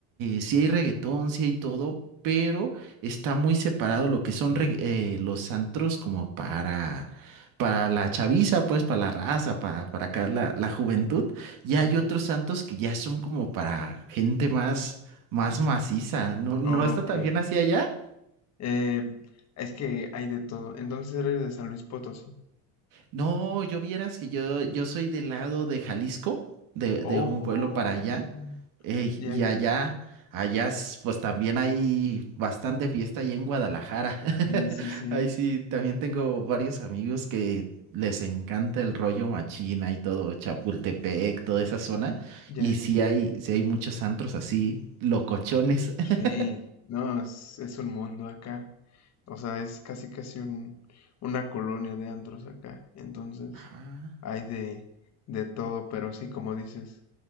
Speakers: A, on the right; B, on the left.
A: si hay reggaetón, sí hay todo, pero está muy separado lo que son reg- eh, los antros como para, para la chaviza, pues para la raza, para, para acá la, la juventud. Y hay
B: Ajá.
A: otros santos que ya son como para gente más, más maciza. ¿No, no
B: Ok.
A: está tan bien así allá?
B: Eh, es que hay de todo. Entonces eres de San Luis Potosí.
A: No, yo vieras que yo, yo soy del lado de Jalisco, de,
B: Oh,
A: de un pueblo para allá, eh,
B: ya,
A: y
B: ya,
A: allá,
B: ya.
A: allá, s- pues también hay bastante fiesta ahí en Guadalajara. <laughs>
B: Sí, sí, sí.
A: Ahí sí, también tengo varios amigos que les encanta el rollo machina y todo, Chapultepec, toda esa zona,
B: Ya,
A: y
B: ya.
A: sí hay, sí hay muchos antros así, locochones.
B: Sí,
A: <laughs>
B: no, es, es un mundo acá. O sea, es casi, casi un, una colonia de antros acá. Entonces,
A: Ah.
B: hay de, de todo, pero sí, como dices,